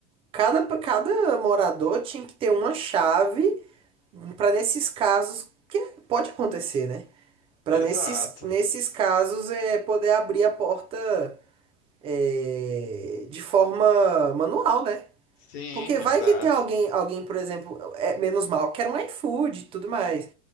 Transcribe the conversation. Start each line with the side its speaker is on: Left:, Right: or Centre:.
Right: cada, cada morador tinha que ter uma chave para nesses casos, que pode acontecer, né? Para
Left: Exato.
Right: nesses, nesses casos é poder abrir a porta é, de forma manual, né?
Left: Sim,
Right: Porque vai
Left: exato.
Right: que tem alguém, alguém, por exemplo, é menos mal, quer um iFood e tudo mais.